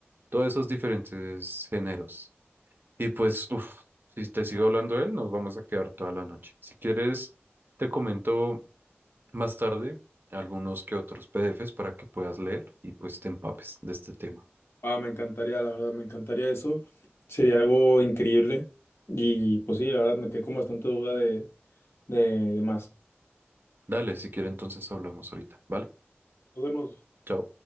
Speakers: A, on the right (about 55°); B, on the left (about 70°).
A: todos esos diferentes géneros. Y pues, uff, si te sigo hablando de él, nos vamos a quedar toda la noche. Si quieres, te comento más tarde algunos que otros PDFs para que puedas leer y pues te empapes de este tema.
B: Ah, me encantaría, la verdad, me encantaría eso, sería algo increíble, y pues sí, la verdad, me quedé con bastante duda de, de, de más.
A: Dale, si quieres, entonces hablamos ahorita, ¿vale?
B: Nos vemos.
A: Chao.